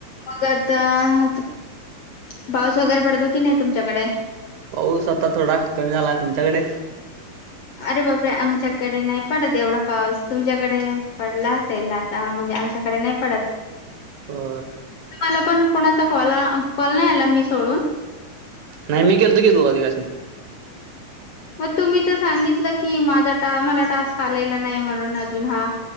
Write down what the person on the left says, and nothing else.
मग पाऊस वगैरे पडतो की नाही तुमच्याकडे?
अरे बापरे, आमच्याकडे एवढा पाऊस नाही पडत. तुमच्याकडे पडला असेल आता, म्हणजे... आमच्याकडे नाही पडत.
मला पण मी सोडून कोणाचाही कॉल आला नाही.
मग तुम्ही तर सांगितलं की मला टास्क आलेला नाही, म्हणून अजून हा...